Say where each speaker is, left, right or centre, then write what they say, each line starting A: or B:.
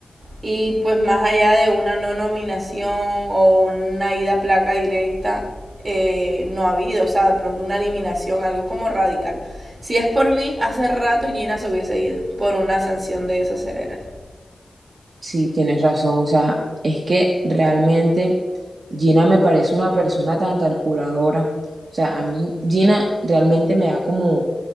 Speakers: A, on the right (about 45°); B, on the right (about 70°).
A: y pues más allá de una no nominación o una ida a placa directa, eh, no ha habido, o sea, de pronto una eliminación, algo como radical. Si es por mí, hace rato Gina se hubiese ido por una sanción de esas severas.
B: Sí, tienes razón. O sea, es que realmente Gina me parece una persona tan calculadora. O sea, a mí Gina realmente me da como,